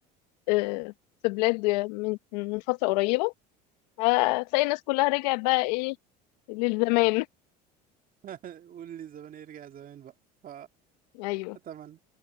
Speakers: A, on the left; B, on the right.
A: آه، في بلاد من من فترة قريبة هتلاقي الناس كلها رجعت بقى إيه للزمان
B: <laughs> قول لي زمان يرجع زمان بقى ف
A: أيوه
B: اتمنى